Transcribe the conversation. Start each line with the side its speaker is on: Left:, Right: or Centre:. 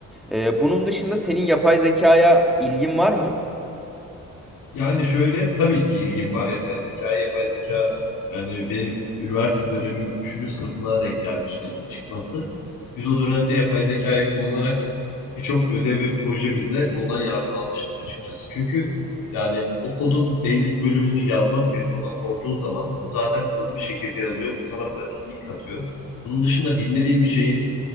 Centre: E, bunun dışında senin yapay zekaya ilgin var mı?
Left: Yani şöyle tabii ki ilgim var yapay zekaya. Yapay zeka yani benim üniversite dönemimin üçüncü sınıfına denk gelmişti ilk çıkması. Biz o dönemde yapay zekayı kullanarak birçok ödev ve projemizde ondan yardım almıştık açıkçası. Çünkü yani o kodun basic bölümünü yazmak yerine ona sorduğun zaman o zaten hızlı bir şekilde yazıyor. Bu sana pratiklik katıyor. Bunun dışında bilmediğin bir şeyi